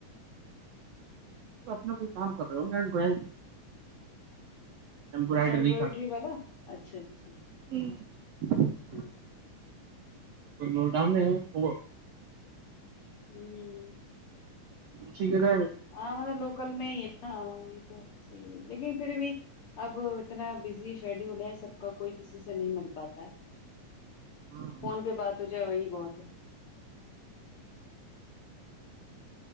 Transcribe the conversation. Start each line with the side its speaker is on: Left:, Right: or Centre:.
Right: اپنا کوئی کام کر رہے ہو ڈرائ امبرائڈری
Left: اچھا ایمبرائڈری
Right: کا
Left: والا اچھا اچھا
Right: <inaudible>
Left: ہوں
Right: لوک ڈاؤن میں ہوا
Left: <inaudible>
Right: ٹھیک ہے گ
Left: ہاں مطلب لوکل میں ہی ہے نا یہ تو صحیح ہے لیکن پھر بھی اب اتنا بزی شیڈیول ہے سب کا کوئی کسی سے نہیں مل پاتا ہے
Right: میں
Left: فون پہ بات ہو جائے وہی بہت ہے